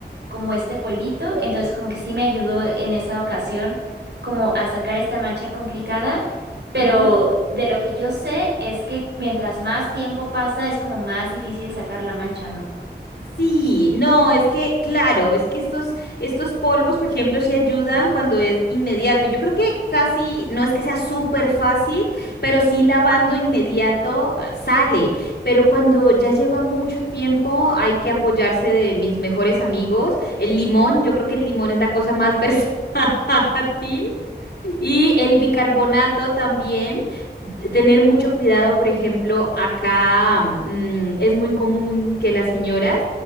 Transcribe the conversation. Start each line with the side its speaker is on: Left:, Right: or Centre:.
Right: como este polvito. Entonces como que sí me ayudó en esa ocasión como a sacar esta mancha complicada. Pero
Left: ujú.
Right: de lo que yo sé es que mientras más tiempo pasa es como más difícil sacar la mancha, ¿no?
Left: Sí, no, es que, claro, es que estos, estos polvos, por ejemplo, sí ayudan cuando es inmediato. Y Yo creo que casi, no es que sea súper fácil, pero sí lavando inmediato ah, sale. Pero cuando ya lleva mucho tiempo, hay que apoyarse de mis mejores amigos. El limón, yo creo que el limón es la cosa más <laughs> versátil. Y el bicarbonato también tener mucho cuidado, por ejemplo, acá mm, es muy común que las señoras